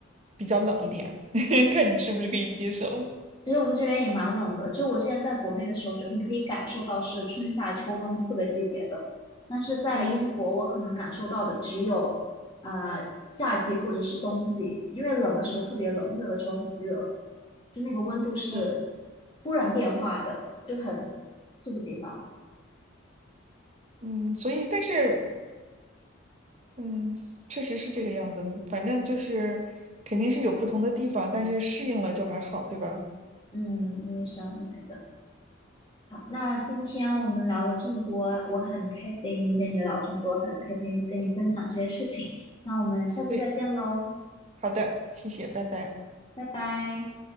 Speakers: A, on the right; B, on the left.
A: 比较冷一点，<laughs> 看你是不是可以接受。
B: 其实我们这边也蛮冷的，就我之前在国内的时候，就你可以感受到是春夏秋冬四个季节的，但是在英国，
A: 嗯
B: 我可能感受到的只有啊夏季或者是冬季，因为冷的时候特别冷，热的时候很热，就那个温度是
A: 嗯
B: 突然变化的，就很猝不及防。
A: 嗯，所以但是嗯，确实是这个样子，反正就是肯定是有不同的地方，但是适应了就还好，对吧？
B: 嗯，我也是这样认为的。好，那今天我们聊了这么多，我很开心跟你聊这么多，很开心跟你分享这些事情。那我们下次再见喽，
A: 对，好的，谢谢，拜拜。
B: 拜拜。